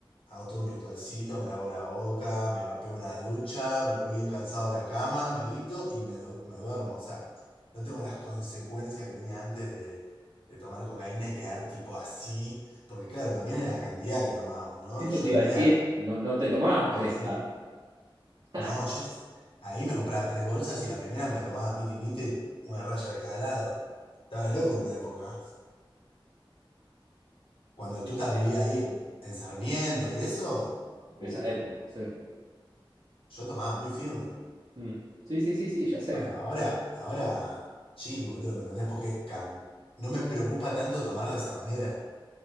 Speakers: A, on the left; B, on the right.
A: hago todo un ritualcito, me lavo la boca, me va- pego una ducha, me voy bien cansado a la cama, medito y me, du- me duermo. O sea, no tengo las consecuencias que tenía antes de, de tomar cocaína y quedar tipo así, porque claro, también era la cantidad que tomábamos, ¿no?
B: Eso
A: Yo
B: te
A: hoy
B: iba
A: en
B: a
A: día
B: decir, no, no te tomabas
A: estaba
B: tres
A: así.
B: cajas. <laughs>
A: No, yo ahí me compraba tres bolsas y la primera me la tomaba miti miti, una raya de cada lado. Estaba loco en una época. ¿eh? Cuando el
B: Eso
A: Tuta
B: te-
A: vivía ahí en, en Sarmiento y eso, uh,
B: Esa época, sí.
A: yo tomaba muy firme.
B: Mm. Sí, sí, sí, sí, ya sé.
A: Bueno, ahora, ahora, chill, boludo, ¿me entendés? Porque cam- no me preocupa tanto tomar de esa manera.